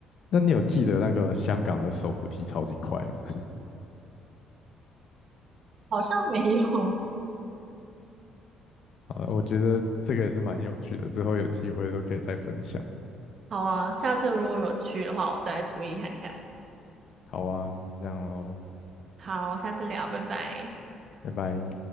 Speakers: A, on the left; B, on the right.
A: 那你有记得那个香港的手扶梯超级快吗？
B: 好像没有。<laughs>
A: <laughs> 啊，我觉得这个也是蛮有趣的，之后有机会都可以再分享。
B: 好啊，下次如果有去的话，我再注意看看。
A: 好啊，这样喽，
B: 好，下次聊，拜拜。
A: 拜拜。